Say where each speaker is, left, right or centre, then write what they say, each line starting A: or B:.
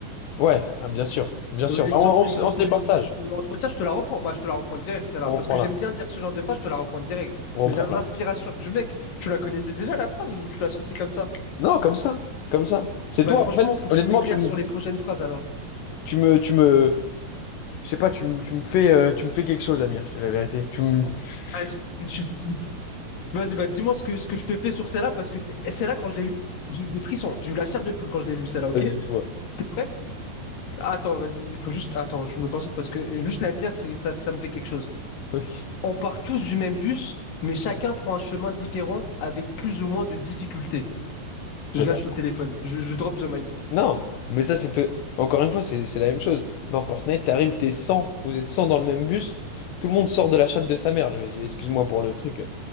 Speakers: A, on the left (about 80°); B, on the left (about 55°).
A: Ouais, ah, bien sûr, bien sûr.
B: Euh, L'exemple,
A: Bah, on, on se
B: l'exemple
A: on se les
B: du,
A: partage.
B: du- Entre ça, je te la reprends. Bah, je te la reprends direct, celle-là.
A: On
B: Parce
A: reprend
B: que
A: là.
B: j'aime bien dire ce genre de phrase, je te la reprends direct.
A: On reprend
B: Mais l'in- l'inspiration
A: là.
B: du mec, tu la connaissais déjà, la phrase, ou tu l'as sortie comme ça?
A: Non, comme ça. Comme ça. C'est
B: Bah,
A: toi,
B: franchement,
A: en fait,
B: faut que
A: honnêtement,
B: tu m'éclaires
A: tu me,
B: sur les prochaines phrases, alors.
A: tu me, tu me, je sais pas, tu me, tu me fais, euh, tu me fais quelque chose, Amir, je te dis la vérité. Tu me... <laughs>
B: Allez, je- je- je- Vas-y, bah, dis-moi ce que, ce que je te fais sur celle-là, parce que celle-là, quand je l'ai lue, j'ai eu des frissons. J'ai eu la chair de poule quand je l'ai lue, celle-là, ok?
A: Vas-y, dis-moi.
B: T'es prêt? Attends, vas-y, il faut juste... Attends, je me concentre, parce que juste la dire, c'est, ça, ça me fait quelque chose.
A: Ok.
B: On part tous du même bus, mais chacun prend un chemin différent, avec plus ou moins de difficultés. Je
A: Toi,
B: lâche
A: t'as-
B: le téléphone. Je, je drop the mic.
A: Non, mais ça, c'est... te- Encore une fois, c'est c'est la même chose. Dans Fortnite, t'arrives, t'es cent. vous êtes 100 dans le même bus, tout le monde sort de la chatte de sa mère. Je- je- Excuse-moi pour le truc.